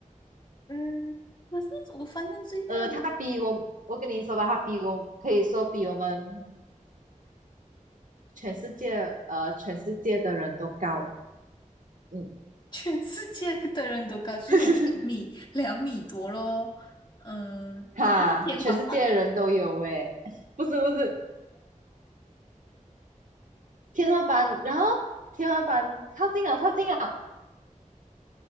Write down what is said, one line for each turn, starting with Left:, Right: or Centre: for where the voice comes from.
Left: 嗯，可是我反正最大的，
Right: 呃，它比我，我跟你说吧，它比我可以说比我们全世界，呃，全世界的人都高。嗯，
Left: 全世界的人都高，至少两米两米多咯。
Right: <laughs>
Left: 嗯，
Right: 哈，
Left: 加上天花板、
Right: 全世界的人都有诶，<laughs> 不是不是，天花板，然后天花板靠近了，靠近了。